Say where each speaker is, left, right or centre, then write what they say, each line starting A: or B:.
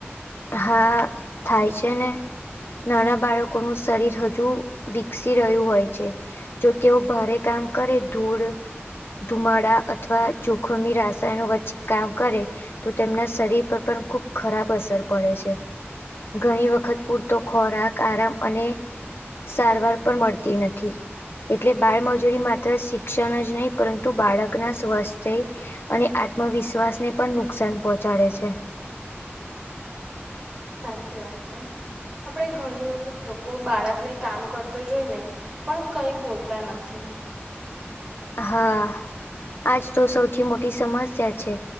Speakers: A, on the left; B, on the right.
A: હા થાય છે ને નાના બાળકોનું શરીર હજુ વિકસી રહ્યું હોય છે. જો તેઓ ભારે કામ કરે ધૂળ ધુમાડા અ અથવા જોખમી રાસાયણ વચ્ચે કામ કરે તો તેમના શરીર પર પણ ખુબ ખરાબ અસર પડે છે, ઘાણી વખત પૂરતો ખોરાક, આરામ અને સારવાર પણ મળતી નથી એટલે બાળમજૂરી માત્ર શિક્ષણ જ નહીં પરંતુ બાળકનાં સ્વસ્થ્ય અને આત્મવિશ્વાસને પણ નુકસાન પોચાડે છે.
B: સાચી વાત છે, આપળે ઘણી વખત લો કો બાળક ને કામ કરતું જોયને, પણ કઈ બોલતા નથી.
A: હા, આજ તો સૌથી મોટી સમસ્યા છે.